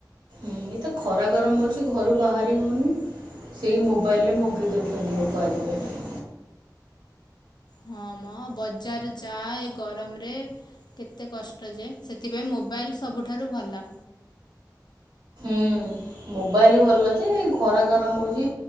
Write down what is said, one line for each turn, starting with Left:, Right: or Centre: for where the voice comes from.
Right: ଁ ଏ ତ ଖରା ଗରମ ହେଉଛି ଘରୁ ବାହାରି ହଉନି ସେଇ ମୋବାଇଲରେ ମଗେଇ ଦେଉଛନ୍ତି ଲୋକ ଆଜିକାଲି <inaudible>
Left: ହଁ ମଁ ବଜାର ଯା ଏ ଗରମରେ କେତେ କଷ୍ଟ ଯାଏ ସେଥିପାଇଁ ମୋବାଇଲ ସବୁଠାରୁ ଭଲ
Right: ହୁଁ ମୋବାଇଲ ଭଲ ଅଛି ଖରା ଗରମ ହଉଛି